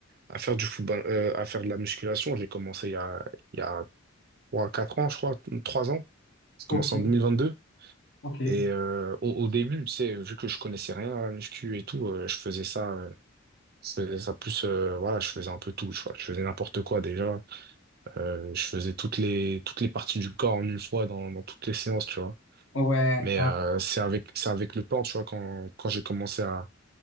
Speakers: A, on the right; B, on the left.
A: à faire du football, euh, à faire de la musculation. J'ai commencé il y a, il y a trois quatre ans, je crois, 3 ans. J'ai
B: Ok.
A: commencé en 2022.
B: Ok, ouais,
A: Et euh, au, au début, tu sais, vu que je connaissais rien à la muscu et tout, euh, je faisais ça, euh, je faisais ça plus, euh, voilà, je faisais un peu tout, je, je faisais n'importe quoi déjà. Euh, je faisais toutes les, toutes les parties du corps en une fois dans, dans toutes les séances, tu vois.
B: ouais,
A: Mais euh, c'est avec, c'est avec le temps, tu vois, quand, quand j'ai commencé à,